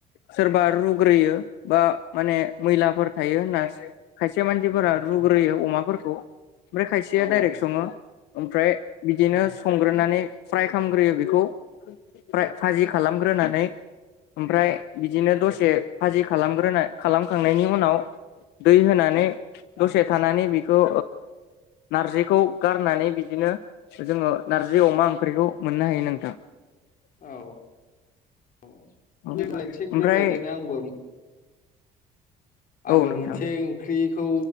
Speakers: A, on the left; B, on the left.
A: सोरबा रुग्रोयो बा माने मैलाफोर थायो होनना खायसे मानसिफोरा रुग्रोयो अमाफोरखौ ओमफ्राय खायसेया
B: औ
A: दाइरेक्ट सङो ओमफ्राय बिदिनो संग्रोनानै फ्राय खामग्रोयो बेखौ फ्राय भाजि खालामग्रोनानै ओमफ्राय बिदिनो दसे भाजि खालामग्रोना खालामखांनायनि उनाव दै होनानै दसे थानानै बेखौ नारजिखौ गारनानै बिदिनो जोङो नारजि अमा ओंख्रिखौ मोननो हायो नोंथां
B: औ औ औ
A: ओमफ्राय
B: थिग बेबायदिनो आंबो आंबो
A: औ नोंथां
B: मोनसे ओंख्रिखौ